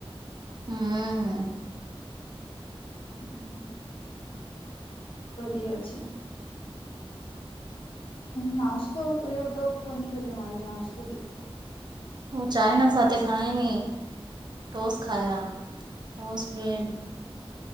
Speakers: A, on the right; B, on the left.
A: હમ્મ.
B: હમ્મ. બળિયા છે. નાસ્તો કર્યો તો કોની કર્યો મારે નાસ્તોથી?
A: હ ચાઈના સાથે ખાય નને ટોસ ખાયા ટોસ બ્રેડ.